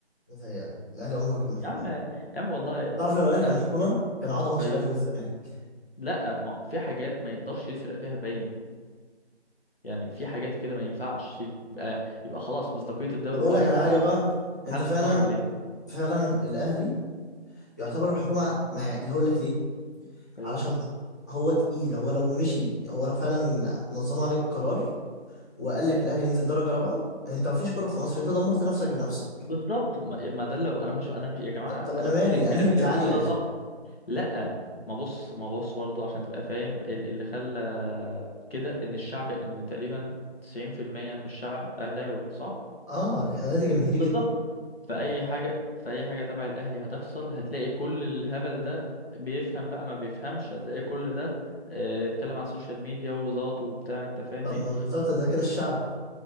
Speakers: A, on the left; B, on the left.
A: متهيألك الاهلي عمره ما كان الحكومه
B: يا عم يا عم والله
A: تعرف لو الاهلي
B: انا
A: كان الحكومه كان عاد ماتش
B: ايوه
A: الاهلي والزمالك
B: لا ما في حاجات ما يقدرش يسرق فيها باين يعني في حاجات كده ما ينفعش يبقى يبقى خلاص مصداقيه الدوري
A: طب اقول
B: راحت
A: لك على
B: لو
A: حاجه
B: عمل
A: بقى
B: كده
A: انت
B: محدش
A: فعلا
B: يتفرج عليه
A: فعلا الاهلي يعتبر
B: مم.
A: الحكومه مع اللي هقول لك ليه
B: ايوه
A: علشان هو تقيل هو لو مشي هو لو فعلا نظموا عليك قرار وقال
B: مم.
A: لك الاهلي ينزل درجه رابعه انت مفيش كوره في مصر انت دمرت نفسك بنفسك
B: بالظبط ما ما ده لو انا مش انا مش يا جماعه
A: طب,
B: انا
A: طب انا مالي
B: كل الكلام
A: انا هيبتي
B: اللي بتقولوه
A: عاليه
B: ده صح لا ما بص ما بص برضو عشان تبقى فاهم ال- اللي خلى كده ان الشعب ان تقريبا 90% من الشعب اهلاوي صح
A: اه احنا نادي جماهيري جدا
B: بالظبط فاي حاجه فاي حاجه تبع الاهلي هتحصل هتلاقي كل الهبل ده بيفهم بقى ما بيفهمش هتلاقي كل ده آه، اتكلم على السوشيال ميديا وزاط وبتاع انت فاهم
A: طب
B: ايه
A: ما بالظبط ده كده الشعب